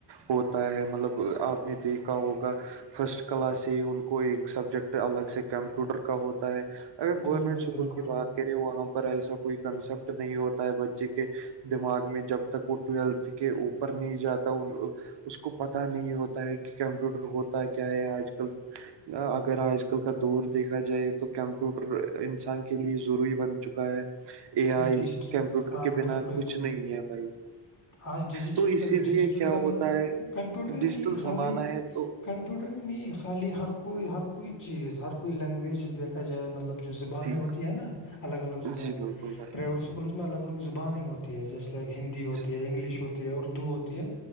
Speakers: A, on the right; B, on the left.
A: ہوتا ہے مطلب آپ نے دیکھا ہوگا فرسٹ کلاس سے ان کو ایک سبجیکٹ الگ سے کمپیوٹر کا ہوتا ہے اگر گورنمنٹ
B: بالکل
A: اسکول
B: بالکل
A: کی بات کریں وہاں پر ایسا کوئی کنسپٹ نہیں ہوتا ہے بچے کے دماغ میں جب تک وہ ٹویلتھ کے اوپر نہیں جاتا اس کو پتہ نہیں ہوتا ہے کہ کمپیوٹر ہوتا کیا ہے آج کل اگر آج کل کا دور دیکھا جائے تو کمپیوٹر انسان کے لیے ضروری بن چکا اے
B: اور
A: آئی
B: ڈیجیٹل
A: کمپیوٹر
B: ہاں
A: کے بنا
B: بالکل
A: کچھ
B: ڈی
A: نہیں ہے بھائی
B: آج ڈیجیٹل
A: تو اسی
B: کا ڈیجیٹل
A: لیے کیا
B: زمانہ
A: ہوتا
B: ہے وہ کمپیوٹر
A: ڈیجیٹل
B: نہیں خالی
A: زمانہ ہے تو
B: کمپیوٹر ہی نہیں خالی ہر کوئی ہر کوئی چیز ہر کوئی لینگویجز دیکھا جائے مطلب جو زبانیں
A: جی
B: ہوتی ہے نا الگ الگ زبانییں
A: جی بالکل بھائی
B: پرائیویٹ اسکولوں میں الگ الگ زبانیں ہوتی ہے جیسے ہندی ہوت
A: جی
B: انگلش ہوتی ہے اردو ہوتی ہے